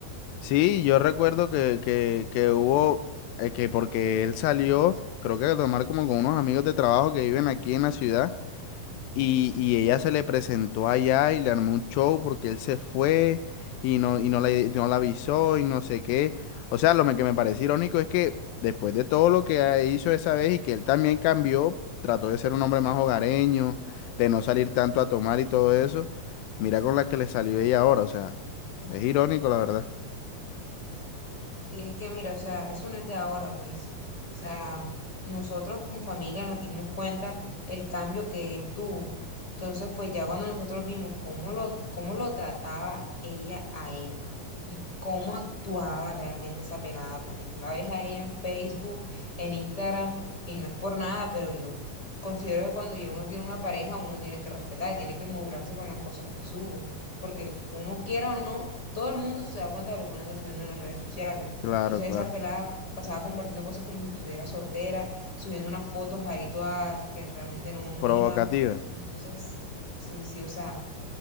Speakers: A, on the left; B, on the left.
A: Sí, yo recuerdo que, que, que hubo, eh, que porque él salió, creo que a tomar como con unos amigos de trabajo que viven aquí en la ciudad. Y, y ella se le presentó allá y le armó un show porque él se fue y no, y no la, no la avisó y no sé qué. O sea, lo me- que me parece irónico es que después de todo lo que a- hizo esa vez y que él también cambió, trató de ser un hombre más hogareño, de no salir tanto a tomar y todo eso, mira con la que le salió ella ahora. O sea, es irónico, la verdad.
B: Y es que mira, o sea, eso no es de ahora, Luis. O sea, nosotros como familia nos dimos cuenta el cambio que él tuvo. Entonces, pues ya cuando nosotros vimos cómo lo, cómo lo trataba ella a él y cómo actuaba realmente esa pelada, porque tú la ves a ella en Facebook, en Instagram, y no es por nada, pero yo considero que cuando ya uno tiene una pareja, uno tiene que respetar, tiene que modularse con las cosas que sube, porque uno quiera o no, todo el mundo se da cuenta de lo que uno anda subiendo en las redes sociales.
A: Claro,
B: Entonces
A: claro.
B: esa pelada pasaba compartiendo cosas como si estuviera soltera, subiendo unas fotos ahí todas que realmente no, no
A: Provocativa.
B: iban. Entonces, sí, sí, o sea,